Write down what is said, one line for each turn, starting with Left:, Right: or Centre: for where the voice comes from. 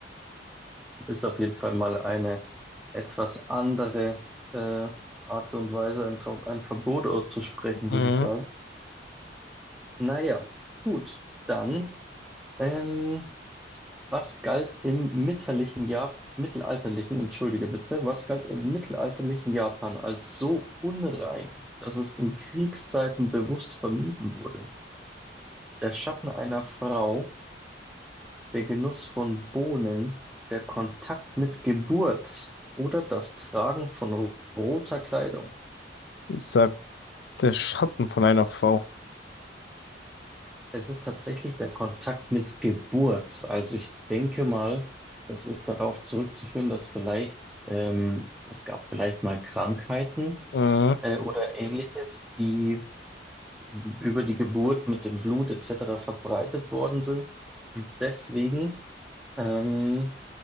Centre: Ist auf jeden Fall mal eine etwas andere äh, Art und Weise, ein, Ver ein Verbot auszusprechen,
Left: Mhm.
Centre: würde ich sagen. Naja, gut. Dann, ähm, was galt im mittelalterlichen Japan, mittelalterlichen, entschuldige bitte, was galt im mittelalterlichen Japan als so unrein, dass es in Kriegszeiten bewusst vermieden wurde? Der Schatten einer Frau Der Genuss von Bohnen, der Kontakt mit Geburt oder das Tragen von ro- roter Kleidung.
Left: Ich sag Der Schatten von einer Frau.
Centre: Es ist tatsächlich der Kontakt mit Geburt. Also ich denke mal, das ist darauf zurückzuführen, dass vielleicht ähm, es gab vielleicht mal Krankheiten
Left: Äh,
Centre: äh, oder ähnliches, die s- über die Geburt mit dem Blut etc. verbreitet worden sind. Und deswegen ähm,